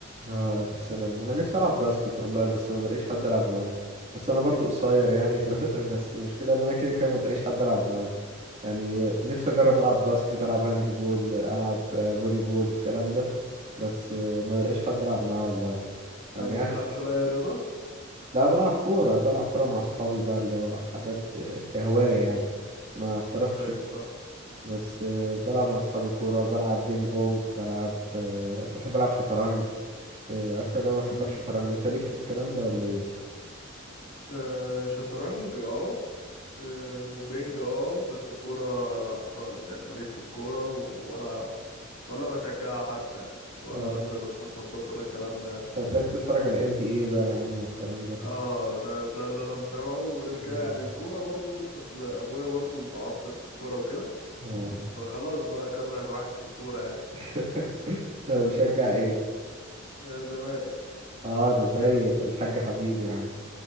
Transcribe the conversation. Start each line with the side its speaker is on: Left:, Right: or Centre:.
Right: اه الف سلام انا نفسي العب
Left: الله
Right: باسكت
Left: يسلم
Right: والله بس ما بلاقيش حد العب معاه بس انا برضو قصير يعني <laughs> بس المشكلة ان انا كده كده ما بلاقيش حد العب معاه يعني نفسي اجرب
Left: امم
Right: العب باسكت العب هاند بول العب آه، فولي بول الكلام ده بس آه، ما بلاقيش حد العب معاه والله
Left: انت
Right: يعني
Left: ما بتلعبش
Right: اخ
Left: ولا اي رياضة
Right: لا بلعب كوره بلعب كوره مع اصحابي بقى اللي هو حاجات ك- كهوايه
Left: امم
Right: يعني ما احترفتش
Left: ايوه
Right: الكورة،
Left: فاهم
Right: بس آه، بلعب مع اصحابي كوره بلعب بينج بونج بلعب آه، بحب العب شطرنج آه، اكتر لعبه بحبها
Left: امم
Right: الشطرنج انت ليك في الكلام ده ولا ايه
Left: أه شطرنج اه آه، وبنج اه بس كورة لا خالص يعني ماليش في الكورة ولا ولا بشجعها حتى يعني ولا
Right: آه، انت
Left: انزل اشوف ماتشات ولا الكلام ده يعني
Right: هتلاقيك بتتفرج على ام بي اي بقى يا عم والكلام ده
Left: اه ده ده اللي انا متابعه غير كده
Right: آه.
Left: يعني الكورة برضو اصل ابويا برضو متعصب في الكورة وكده
Right: آه.
Left: فخلاص بقى كره الواحد في الكورة يعني
Right: <laughs> بشجع ايه
Left: آه زمالك
Right: اه
Left: عشان
Right: ده زي
Left: كده
Right: الحاج حبيبي يا عم